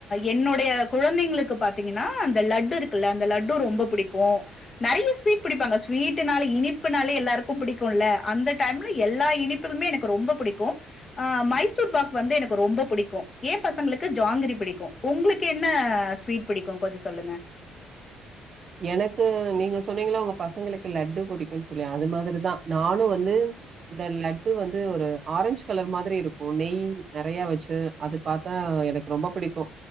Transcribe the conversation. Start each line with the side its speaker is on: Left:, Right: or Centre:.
Left: என்னுடைய குழந்தைங்களுக்கு பாத்தீங்கன்னா இந்த லட்டு இருக்கு க்குல லட்டுஅந்த லட்டு ரொம்ப புடிக்கும் நறைய ஸ்வீட் பிடிப்பாங்க ஸ்வீடனாலே இனிப்புனாலே எல்லாருக்கும் பிடிக்கொம்ல அந்த டைம்ல எல்லா இனிப்புலமே எனக்கு ரொம்ப புடிக்கும் ஆ மைசூர் பாக் வந்து எனக்கு ரொம்ப புடிக்கும் ஏன் பசங்களுக்கு ஜாங்கிரி புடிக்கும் உங்ளுக்கு என்ன ஸ்வீட் பிடிக்கும் கொஞ்சம் சொல்லுங்க
Right: எனக்கு நீங்க சொன்னீங்கல உங்க பசங்களுக்கு லட்டு புடிக்கும்ன்னு சொல்லி அது மாதிரிதான் நானு வந்து இந்த லட்டு வந்து ஒரு ஆரஞ்ச் கலர் மாதிரி இருக்கும் நெய் நறையா வச்சு அது பாத்தா எனக்கு ரொம்ப புடிக்கும்